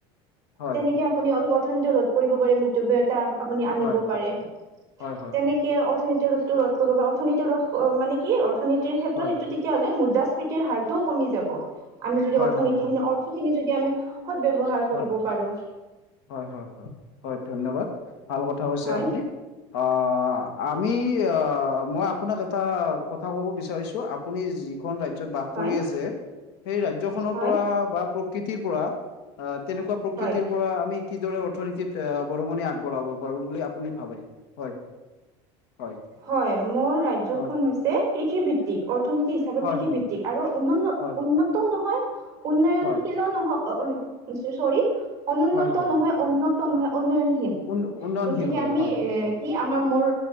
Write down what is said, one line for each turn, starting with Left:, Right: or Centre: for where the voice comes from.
Left: হয়
Right: তেনেকে আপুনি অলপ অৰ্থনীতি ৰোধ কৰিব পাৰে, মিতব্যয়িতা আপুনি আনিব
Left: হয়
Right: পাৰে।
Left: হয় হয় হয়
Right: তেনেকে অৰ্থনীতি ৰোধ কৰিব। বা অৰ্থনীতি ৰোধ মানে কি অৰ্থনীতিৰ
Left: হয়
Right: ক্ষেত্ৰত সেইটো তেতিয়াহ'লে মুদ্ৰা মুদ্ৰাস্ফীতি হাৰটোও কমি যাব। আমি যদি
Left: হয়
Right: অৰ্থনীতিখিনি
Left: হয় হয়
Right: অৰ্থখিনি যদি আমি সৎ ব্যৱহাৰ কৰিব
Left: হয়
Right: পাৰো।
Left: হয় হয় হয় হয় ধন্যবাদ। ভাল কথা কৈছে
Right: হয়
Left: আপুনি। আ, আমি আ মই আপোনাক এটা কথা ক'ব বিচাৰিছোঁ, আপুনি যি খন ৰাজ্যত বাস
Right: হয়
Left: কৰি আছে, সেই ৰাজ্যখনৰ
Right: হয়
Left: পৰা বা প্ৰকৃতিৰ পৰা তেনেকুৱা প্ৰকৃতিৰ
Right: হয়
Left: পৰা আমি কিদৰে অৰ্থনীতিত বৰঙণি আগবঢ়াব পাৰো বুলি আপুনি ভাবে? হয়। হয়
Right: হয়। মোৰ ৰাজ্যখন
Left: হয়
Right: হৈছে কৃষিভিত্তিক। অৰ্থনীতি হিচাপে
Left: হয়
Right: কৃষিভিত্তিক
Left: হয়
Right: আৰু উন্ন
Left: হয়
Right: উন্নতও নহয়। উন্নয়নশীলো
Left: হয়
Right: নহয়। চৰী, অনুন্নত
Left: হয় হয় হয়
Right: নহয় উন্নত নহয়। উন্নয়নশীন।
Left: উন উন্নয়নশীল
Right: গতিকে
Left: হয়
Right: আমি
Left: হয়
Right: এ
Left: হয়
Right: কি আমাৰ মোৰ